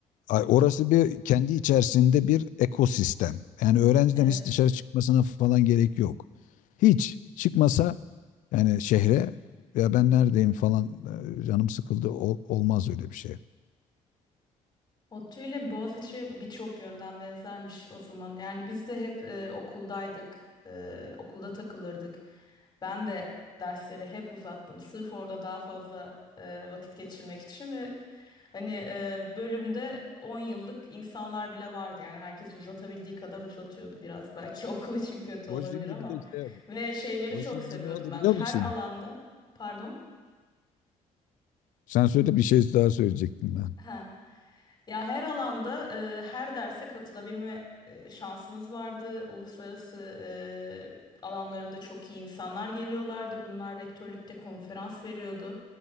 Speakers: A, on the left; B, on the left.
A: Ay, Orası bir kendi içerisinde bir ekosistem. Yani öğrenciden
B: Evet.
A: hiç dışarı çıkmasına falan gerek yok. Hiç çıkmasa yani şehre ya ben neredeyim falan e, canım sıkıldı ol- olmaz öyle bir şey.
B: ODTÜ ile Boğaziçi birçok yönden benzermiş o zaman. Yani biz de hep e, okuldaydık, e, okulda takılırdık. Ben de dersleri hep uzattım. Sırf orada daha fazla e, vakit geçirmek için ve hani e, bölümde 10 yıllık insanlar bile vardı. Yani herkes uzatabildiği kadar uzatıyordu biraz. Belki <laughs> okul için kötü
A: O
B: olabilir
A: şimdi
B: ama.
A: bir de şey yapıyor.
B: Ve şeyleri
A: O
B: çok
A: şimdi
B: seviyordum
A: ne oldu
B: ben.
A: biliyor
B: Her
A: musun?
B: alanda, pardon.
A: Sen söyle bir şey daha söyleyecektim ben.
B: He. Ya her alanda e, her derse katılabilme e, şansımız vardı. Uluslararası e, alanlarında çok iyi insanlar geliyorlardı. Bunlar rektörlükte konferans veriyordu